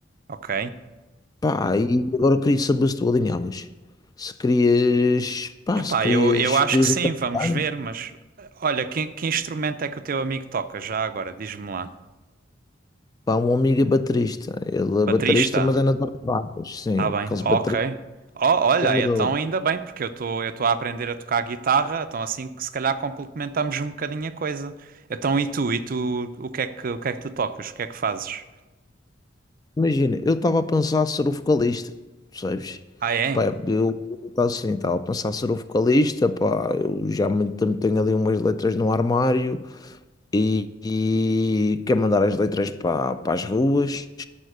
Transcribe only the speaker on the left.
Pá, e agora queria saber se tu alinhavas. Se querias, pá,
se querias,
querias
entrar
na
banda.
Pá, um amigo é baterista. Ele é
baterista, mas é na das bandas. Sim,
aqueles
bateristas
amadores.
Imagina, eu estava a pensar ser o vocalista, percebes?
Pá, eu estava assim, estava a pensar ser o vocalista, pá, eu já há muito tempo tenho ali umas letras no armário e, e quero mandar as letras para as ruas.